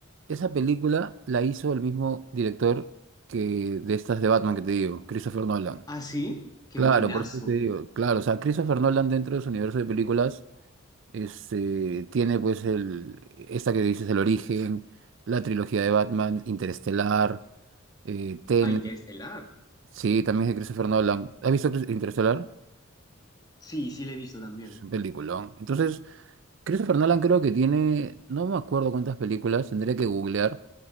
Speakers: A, on the right (about 60°); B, on the left (about 20°).
A: esa película la hizo el mismo director que de estas de Batman que te digo, Christopher Nolan.
B: Ah, sí, qué
A: Claro,
B: buenazo.
A: por Ujú. eso te digo, claro, o sea, Christopher Nolan dentro de su universo de películas este, tiene pues el, esta que dices, el origen, la trilogía de Batman, Interestelar, eh, Tenet,
B: Ah, Interestelar.
A: sí, también es de Christopher Nolan. ¿Has visto Chris- Interestelar?
B: Sí, sí, le he visto también.
A: Es un peliculón. Entonces, Christopher Nolan creo que tiene, no me acuerdo cuántas películas, tendría que googlear,